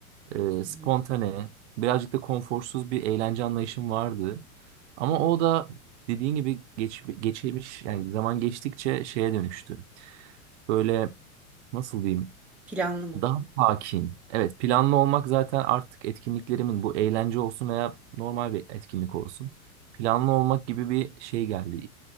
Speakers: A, on the right (about 50°); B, in the centre.
A: e, spontane,
B: hı hı.
A: birazcık da konforsuz bir eğlence anlayışım vardı. Ama o da dediğin gibi geç, geçmiş yani zaman geçtikçe şeye dönüştü. Böyle nasıl diyeyim?
B: Planlı mı?
A: Daha sakin. Evet, planlı olmak zaten artık etkinliklerimin bu eğlence olsun veya normal bir etkinlik olsun. Planlı olmak gibi bir şey geldi